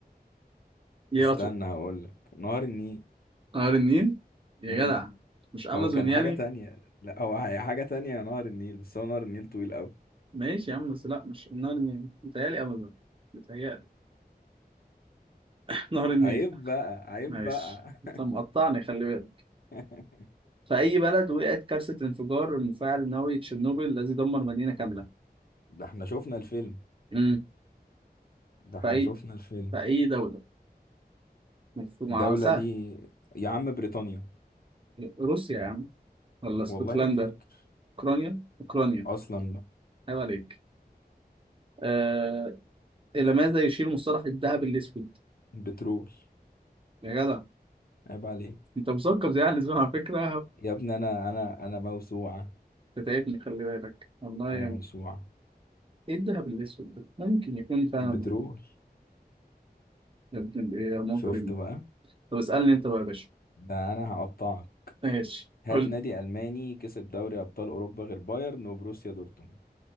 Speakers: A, on the right; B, on the left.
A: يا
B: استنى هقول لك نهر النيل
A: نهر النيل يا
B: امم
A: جدع مش امازون
B: هو كان
A: يعني
B: حاجة تانية لا هو حاجة تانية نهر النيل بس هو نهر النيل طويل قوي
A: ماشي يا عم بس لا مش نهر النيل متهيألي امازون متهيألي <laughs> نهر النيل
B: عيب بقى عيب
A: ماشي
B: بقى
A: انت مقطعني خلي بالك
B: <laughs>
A: في اي بلد وقعت كارثة انفجار المفاعل النووي تشيرنوبل الذي دمر مدينة كاملة
B: ده احنا شفنا الفيلم
A: امم
B: ده احنا
A: في اي
B: شفنا الفيلم
A: في اي دولة مفهوم
B: الدولة
A: آه، سهل
B: دي يا عم بريطانيا
A: روسيا يا عم ولا اسكتلندا
B: والله ما فاكر
A: اوكرانيا اوكرانيا
B: اصلا بقى
A: عيب عليك آه... الى ماذا يشير مصطلح الذهب الاسود
B: بترول
A: يا جدع
B: عيب عليك
A: انت مثقف زي اهل الزمن على فكره
B: يا ابني انا انا انا موسوعة
A: تتعبني خلي بالك والله
B: انا
A: يا ابني.
B: موسوعة
A: ايه الدهب الاسود ده ممكن يكون فعلا
B: بترول
A: بيربط يا ابن ايه يا مجرم
B: شفت بقى
A: طب اسألني انت بقى يا باشا
B: ده انا هقطعك
A: ماشي
B: هات
A: قول لي.
B: نادي الماني كسب دوري ابطال اوروبا غير بايرن وبروسيا دورتموند